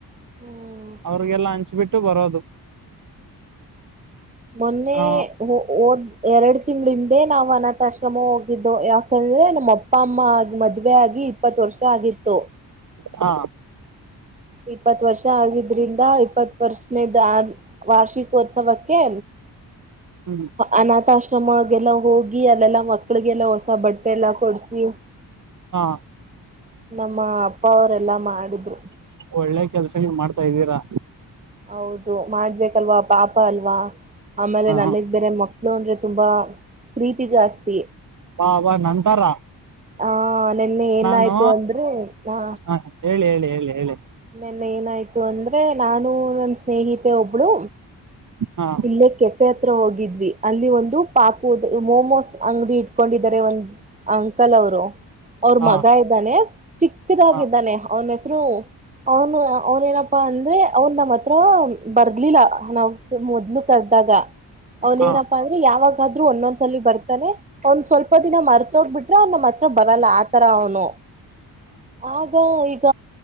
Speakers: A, on the right; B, on the right.
A: ಹ್ಮ್
B: ಅವ್ರಿಗೆಲ್ಲ ಹಂಚ್ಬಿಟ್ಟು ಬರೋದು
A: ಮೊನ್ನೆ
B: ಹ
A: ಹಓದ್ ಎರಡ್ ತಿಂಗಳಿಂದೆ ನಾವ್ ಅನ ಆಶ್ರಮ ಹೋಗಿದ್ದು ಯಾಕಂದ್ರೆ ನಮ್ಮ ಅಪ್ಪ ಅಮ್ಮ ಆಗಿ ಮದ್ವೆ ಆಗಿ ಇಪ್ಪತ್ತು ವರ್ಷ ಆಗಿತ್ತು
B: ಹಾ
A: ಇಪ್ಪತ್ ವರ್ಷ ಆಗಿದ್ರಿಂದ ಇಪ್ಪತ್ ವರ್ಷ ವಾರ್ಷಿಕೋತ್ಸವಕ್ಕೆ
B: ಹ್ಮ್
A: ಅನಾಥಾಶ್ರಮಗೆಲ್ಲ ಹೋಗಿ ಅಲ್ಲೆಲ್ಲಾ ಮಕ್ಳಿಗೆಲ್ಲ ಹೊಸ ಬಟ್ಟೆಲ್ಲ ಕೊಡ್ಸಿ
B: ಹಾ
A: ನಮ್ಮ ಅಪ್ಪ ಅವರೆಲ್ಲಾ ಮಾಡಿದ್ರು
B: ಒಳ್ಳೆ ಕೆಲ್ಸಗಳು ಮಾಡ್ತಾ ಇದ್ದೀರಾ
A: ಹೌದು ಮಾಡ್ಬೇಕಲ್ವಾ ಪಾಪ ಅಲ್ವಾ ಆಮೇಲೆ
B: ಹ
A: ನನಗ್ ಬೇರೆ ಮಕ್ಳು ಅಂದ್ರೆ ತುಂಬಾ ಪ್ರೀತಿ ಜಾಸ್ತಿ
B: ಬಾ ಬಾ ನಂತರ
A: ಹಾ ನಿನ್ನೆ ಏನಾಯ್ತು
B: ನಾನು
A: ಅಂದ್ರೆ ನಾ
B: ಹ ಹೇಳಿ ಹೇಳಿ ಹೇಳಿ
A: ನೆನ್ನ ಏನಾಯ್ತು ಅಂದ್ರೆ ನಾನು ನನ್ನ ಸ್ನೇಹಿತೆ ಒಬ್ಳು
B: ಹಾ
A: ಇಲ್ಲೇ ಕೆಫೆ ಹತ್ರ ಹೋಗಿ ಅಲ್ಲಿ ಒಂದು ಪಾಪು ಮೊಮೋಸ್ ಅಂಗಡಿ ಇಟ್ಕೊಂಡಿದ್ದಾರೆ ಒಂದ ಅಂಕಲ್ ಅವರು ಅವ್ರ
B: ಹಾ
A: ಮಗ ಇದ್ದಾನೆ ಚಿಕ್ಕದಾಗಿದ್ದಾನೆ
B: ಹಾ
A: ಅವನ ಅವನು ಅವನ ಏನಪ್ಪಾ ಅಂದ್ರೆ ಅವನ್ ನಮ್ಮ್ ಹತ್ರ ಬರ್ಲಿಲ್ಲ ನಾವ್ ಮೊದಲು ಕದ ಗ ಅವನ್
B: ಹಾ
A: ಏನಪ್ಪಾ ಅಂದ್ರೆ ಯಾವಾಗಾದ್ರೂ ಒಂದೊಂದ್ಸಲ ಬರ್ತಾನೆ ಅವನ್ ಸ್ವಲ್ಪ ಇಪ್ಪ ದಿನ ಮರ್ತ ಹೋಗ್ಬಿಟ್ರೆ ಅವ ನಮ್ಮ ಹತ್ರ ಬರಲ್ಲ ಆತರ ಅವನು ಆಗ ಈಗ